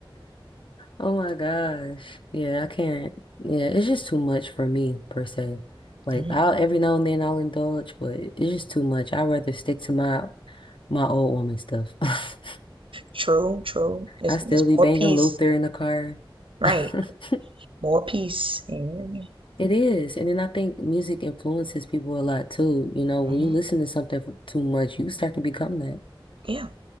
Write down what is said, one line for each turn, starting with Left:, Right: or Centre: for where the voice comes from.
Left: Oh my gosh. Yeah, I can't. Yeah, it's just too much for me per se. Like
Right: hmm
Left: I'll every now and then I'll indulge, but it's just too much. I'd rather stick to my my old woman stuff. <laughs>
Right: True, true. There's,
Left: I still
Right: there's
Left: be banging
Right: more peace.
Left: Luther in the car.
Right: Right.
Left: <laughs>
Right: More peace. You hear me?
Left: It is. And then I think music influences people a lot too. You know, when
Right: hmm
Left: you listen to something for too much, you start to become that.
Right: Yeah.